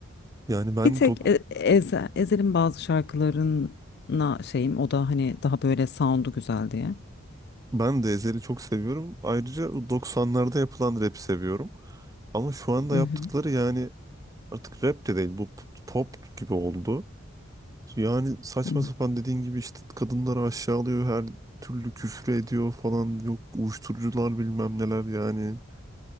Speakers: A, on the right; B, on the left.
A: Yani ben
B: Bir tek
A: dok
B: E- Eze- Ezel'in bazı şarkılarına şeyim o da hani daha böyle sound'u güzel diye.
A: ben de Ezhel'i çok seviyorum. Ayrıca doksanlarda yapılan rap seviyorum. Ama şu anda
B: Hı
A: yaptıkları
B: hı,
A: yani artık rap de değil bu p- pop gibi oldu. Yani saçma
B: hı hı.
A: sapan dediğin gibi işte kadınları aşağılıyor her türlü küfür ediyor falan yok uyuşturucular bilmem neler yani.